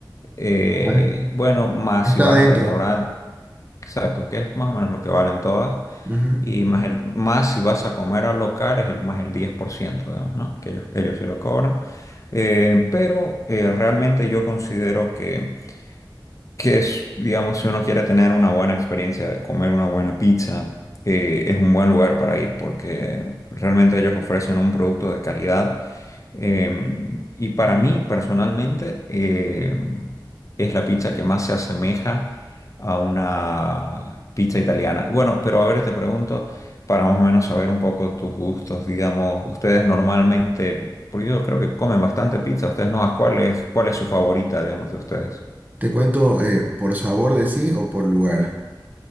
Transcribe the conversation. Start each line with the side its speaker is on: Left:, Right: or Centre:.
Left: Eh,
Right: Ah,
Left: bueno, más
Right: Está
Left: si vas
Right: adentro.
Left: al restaurante. Exacto, que es más o menos lo que valen todas.
Right: Ujú.
Left: Y más, el, más si vas a comer al local es el más el 10%, además, ¿no? Que ellos, ellos se lo cobran. Eh, pero eh, realmente yo considero que que es, digamos, si uno quiere tener una buena experiencia de comer una buena pizza, eh, es un buen lugar para ir porque realmente ellos ofrecen un producto de calidad. Eh, y para mí, personalmente, eh, es la pizza que más se asemeja a una pizza italiana. Bueno, pero a ver, te pregunto, para más o menos saber un poco tus gustos, digamos, ustedes normalmente, porque yo creo que comen bastante pizza, ustedes no, ¿a cuál es, cuál es su favorita, digamos, de ustedes?
Right: Te cuento eh, por sabor de sí o por lugar.